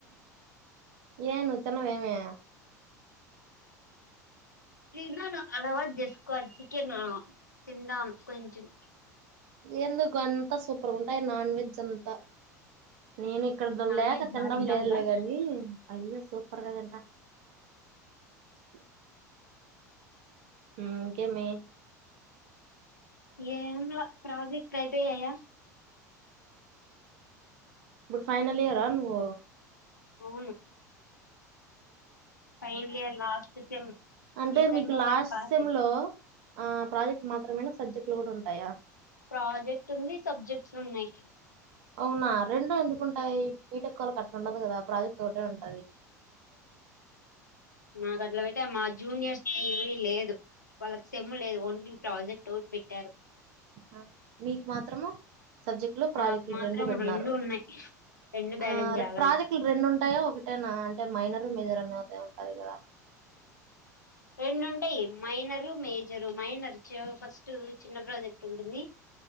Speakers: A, on the right; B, on the left.
A: ఏ ను తినవేమి
B: నెన్ను న అలవాటు జెస్కోవాలి చికెన్ తింటాం కొంచం
A: ఎందుకు అంతా సూపర్గ ఉంటాయి నాన్ వెజ్ అంతా నేను ఇక్కడ
B: నువ్వు నాన్
A: లేక
B: వెజ్
A: తినడం
B: బాగా తింటావు
A: లేదు
B: కదా
A: లే గని అయ్యే సూపర్గ తింట చె మ్మ్ కేమి
B: ఏందో ప్రాజెక్ట్లయిపోయాయ
A: ఉమ్, ఫైనల్ ఇయరా నువ్?
B: అవును ఫైనల్ ఇయర్ లాస్ట్ సెమ్
A: అంటే
B: ఈ సెమ్
A: మీకు
B: ఒకటి
A: లాస్ట్
B: పాస్
A: సెమ్
B: అయి
A: లో ఆ ప్రాజెక్ట్ మాత్రమేనా సబ్జెక్ట్లు గూడ ఉంటాయా?
B: ప్రాజెక్ట్ ఉంది సబ్జెక్ట్స్ ఉన్నయి
A: అవునా రెండు ఎందుకుంటాయి, బీటెక్ వాళ్ళకట్లుండదు గదా ప్రాజెక్ట్ ఒకటే ఉంటు
B: మా దగ్గరైతే మా జూనియర్స్ కి లేదు వాళ్ళకి సెమ్ము లేదు ఓన్లీ ప్రాజెక్ట్ ఒకటి బెట్టారు.
A: హ మీకు మాత్రము సబ్జెక్టులు, ప్రాజెక్టులు
B: మాకు మాత్రం
A: రెండు బెట్టినారు.
B: ఉన్నాయి రెండు బ్యాలెన్స్
A: ఆ
B: చేయాల
A: రె ప్రాజెక్టులు రెండు ఉంటాయా ఒకటేనా అంటే మైనర్ మేజర్ అన్న అదే అదే గదా
B: రెండుంటయి మైనరు, మేజరు. మైనర్ ఫస్ట్ చిన్న ప్రాజెక్ట్ ఉంటుంది